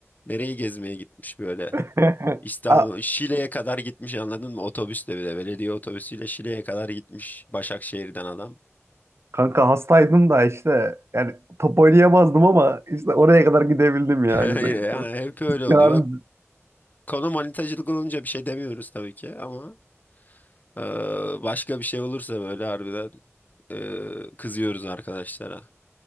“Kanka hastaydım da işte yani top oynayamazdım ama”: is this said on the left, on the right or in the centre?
Right